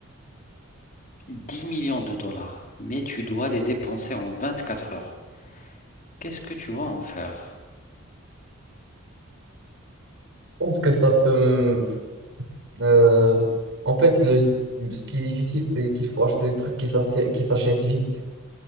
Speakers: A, on the left (about 40°); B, on the right (about 60°).
A: 10 millions de dollars, mais tu dois les dépenser en 24 heures. Qu'est-ce que tu vas en faire?
B: pense que ça peut. me- euh, en fait, le, ce qui est difficile, c'est qu'il faut acheter des trucs qui s'achè- qui s'achètent vite.